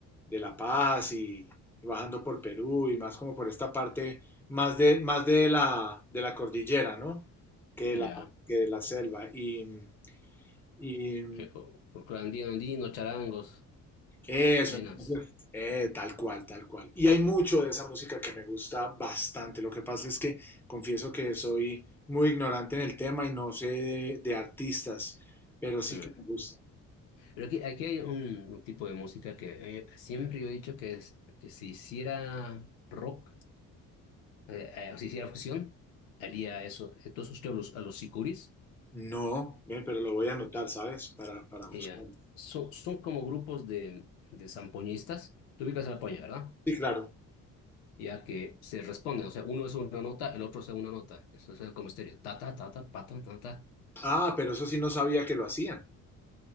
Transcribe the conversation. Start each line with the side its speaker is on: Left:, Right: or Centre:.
Centre: de La Paz y bajando por Perú y más como por esta parte más de, más de la, de la cordillera, ¿no? Que
Left: ya,
Centre: de la, que de la selva. Y, y
Left: eh, fol- folclore andino, andino, charangos,
Centre: Eso,
Left: quenas.
Centre: entonces, eh, tal cual, tal cual. Y hay mucho de esa música que me gusta bastante. Lo que pasa es que confieso que soy muy ignorante en el tema y no sé de, de artistas, pero sí
Left: ah.
Centre: que me gusta.
Left: Pero aquí, aquí hay un tipo de música que eh, siempre yo he dicho que, es, que se hiciera rock. eh, eh, si hiciera fusión, haría eso. Entonces usted a los, a los sicuris,
Centre: No, ve, pero lo voy a anotar, ¿sabes? Para, para buscarlo.
Left: eh, son, son como grupos de, de zampoñistas. Tú ubicas a la poña, ¿verdad?
Centre: Sí, claro.
Left: Ya que se responden, o sea, uno es una nota, el otro es una nota. Eso es como estéreo. Ta, ta, ta, ta, pa, ta, ta, ta.
Centre: Ah, pero eso sí no sabía que lo hacían.